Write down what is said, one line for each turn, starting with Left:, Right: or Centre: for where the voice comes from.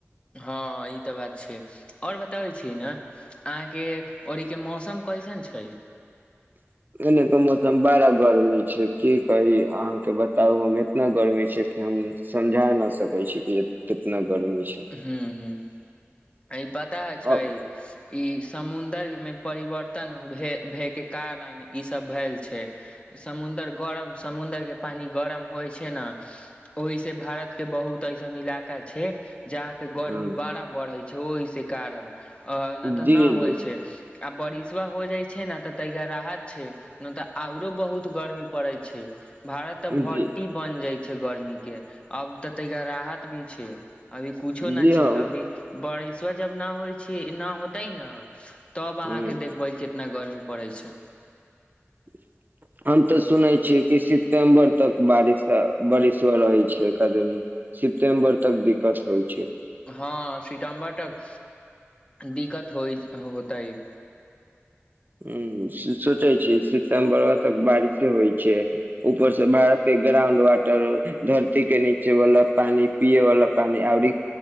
Left: हँ ई तऽ बात छै और बताबै छी ने अहाँके औरीक के मौसम कैसे न छै
Right: <inaudible> एने के मौसम बड़ा गर्मी छै की कही अहाँके बताउ हम एतना गर्मी छै हम समझा न सकै छी कि कितना गर्मी छै
Left: ह ह ई पता छै
Right: अब
Left: ई समु मे परिवर्तन भए के कारण ई सब भेल छै समुद्र ग समुद्र के पानी गरम होय छै ने ओहि से भारत के बहुत ऐसन इलाका छै छै जहाँ पे गर्मी
Right: हम्म
Left: बड़ा बढ़ै छै ओहिस कारण अ न त
Right: जी
Left: न
Right: जी
Left: होइ छै आ बरिशबा हो जाइ छै ने तइका राहत छै नहि तऽ आओरो बहुत गर्मी पड़ैत छै भारत त
Right: जी
Left: भट्टी बन जाय छै गर्मी के अब त तहिा राहत भी छै अभी कछो
Right: जी
Left: नहि
Right: हँ
Left: छै अभी बारिशबा जब नहि होइ छि न होतै न तब अहाँकेँ
Right: हुँ
Left: देखबै कितना गर्मी पड़ै छै
Right: <inaudible> हम तऽ सुनै छियै कि सितम्बर तक बारिश बारिशबा रहै छै कदनी सितम्बर तक दिक्कत होइ छै
Left: हाँ सितम्बर तक दिक्कत होइ होतइ
Right: ह सोचै छी सितम्बर तक बारिशे होइ छै ऊपर से भारत के ग्राउंड वाटर धरती के नीचे वाला पानी पियै वाला पानी आओरी